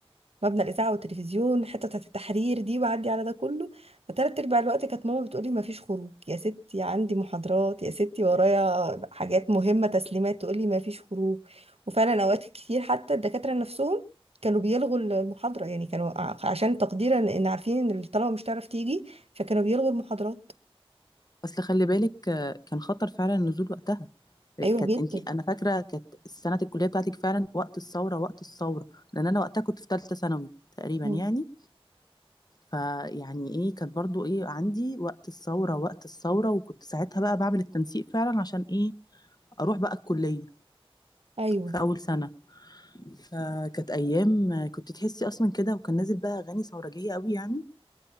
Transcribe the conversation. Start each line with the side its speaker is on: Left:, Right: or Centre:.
Right: مبنى الاذاعه والتلفزيون الحته بتاعت التحرير دي بعدي على ده كله فتلات ارباع الوقت كانت ماما بتقولي ما فيش خروج يا ستي عندي محاضرات يا ستي ورايا حاجات مهمه تسليمات تقولي ما فيش خروج وفعلا اوقات كتير حتى الدكاتره نفسهم كانوا بيلغوا المحاضرة يعني كانوا ع- عشان تقديرا ان عارفين ان الطلبة مش هتعرف تيجي فكانوا بيلغوا المحاضرات
Left: اصل خلي بالك آه، كان خطر فعلا النزول وقتها آه،
Right: ايوه
Left: كانت
Right: جدا
Left: انتي انا فاكره كانت سنه الكليه بتاعتك فعلا وقت الثوره وقت الثوره لان انا وقتها كنت في ثالثه ثانوي تقريبا
Right: مم.
Left: يعني فيعني ايه كانت برضو ايه عندي وقت الثورة وقت الثورة وكنت ساعتها بقى بعمل التنسيق فعلا عشان ايه اروح بقى الكلية
Right: ايوه
Left: في اول سنة فكانت ايام آه، كنت تحسي اصلا كده وكان نازل بقى اغاني ثورجية قوي يعني